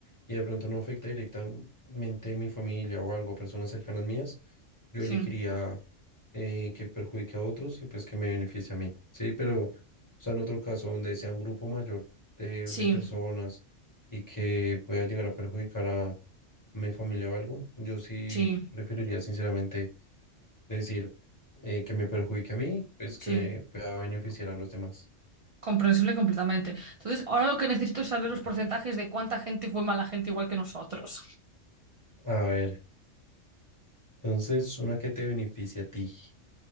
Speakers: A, on the left; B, on the right.
A: y de pronto no afecta directamente a mi familia o algo, a personas cercanas mías, yo
B: Sí,
A: elegiría eh, que perjudique a otros y pues que me beneficie a mí. Sí, pero, o sea, en otro caso, donde sea un grupo mayor de,
B: sí,
A: de personas y que pueda llegar a perjudicar a mi familia o algo, yo sí
B: sí,
A: preferiría sinceramente Decir eh, que me perjudique a mí, pues
B: sí.
A: que me pueda beneficiar a los demás.
B: Comprensible completamente. Entonces, ahora lo que necesito es saber los porcentajes de cuánta gente fue mala gente igual que nosotros.
A: A ver, entonces una que te beneficia a ti,